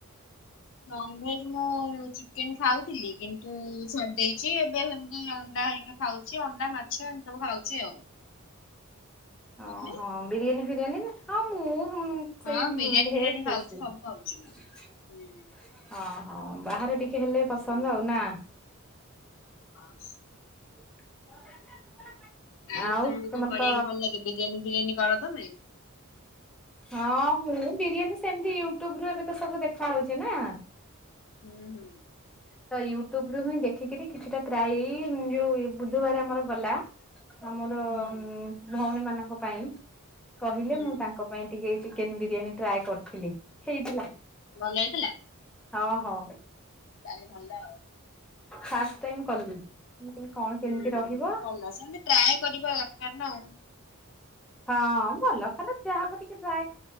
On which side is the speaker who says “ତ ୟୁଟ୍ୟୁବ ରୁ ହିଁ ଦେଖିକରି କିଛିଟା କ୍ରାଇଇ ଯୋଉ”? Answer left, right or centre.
Centre